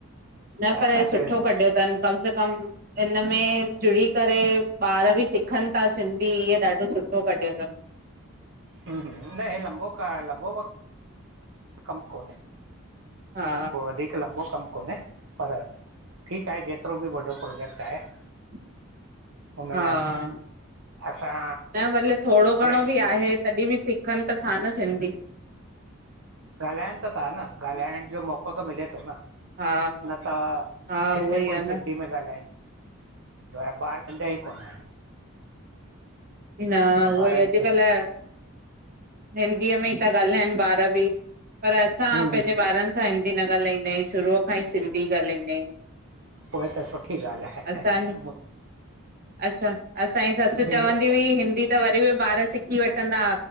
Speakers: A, on the right (about 40°); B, on the right (about 60°).
A: न
B: त असांखे
A: पर ही सुठो
B: हम्म,
A: कढियो अथनि कम से कम हिनन में जुड़ी करे ॿार बि सिखनि था सिंधी इहो ॾाढो सुठो कढियो अथनि।
B: न हे लंबो, लंबो वक़्त। कमु कोन्हे,
A: हा
B: पोइ वरी। लंबो कमु कोन्हे, पर ठीकु आहे। जेतिरो बि वॾो प्रोजेक्ट आहे।
A: <inaudible>
B: हुन
A: हा।
B: में असां
A: न भले थोड़ो
B: जे
A: घणो बि आहे। तॾहिं बि सिखनि त था न सिंधी।
B: ॻाल्हानि त ता न ॻाल्हाइण जो मौको त मिले तो न।
A: हा
B: न त
A: हा
B: किथे
A: उहो ई
B: कोई
A: आहे न
B: सिंधी में ॻाल्हाए। त ॿारु कंदा ई कोननि।
A: न
B: त
A: उहोई
B: ॿारनि
A: अॼुकल्ह
B: खे
A: हिंदीअ में ई ता ॻाल्हाइनि ॿारु बि, पर असां
B: हम्म, हम्म,
A: पंहिंजे ॿारनि सां हिंदी न ॻाल्हाईंदा आहियूं, शरूअ खां ही सिंधी ॻाल्हाईंदा आहियूं।
B: पोए त सुठी ॻाल्हि आहें।
A: असां असां, असांजी ससु
B: दिल्ली
A: चवंदी हुई हिंदी त वरी बि ॿारु सिखी वठंदा